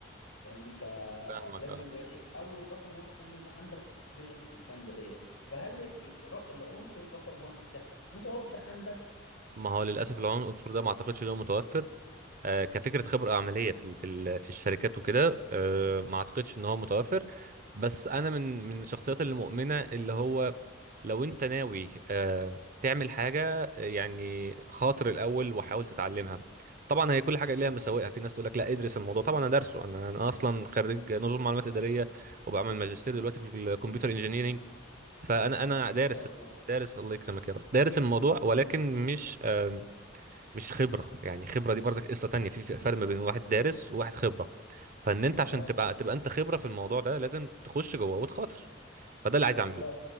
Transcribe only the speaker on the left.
فاهمني فلازم
يبقى اول رقم واحد لازم يبقى عندك الاكسبيرينس الجامده ديت فهل العنصر رقم واحد ده متوفر عندك
اه
ما
شاء الله
اه
طب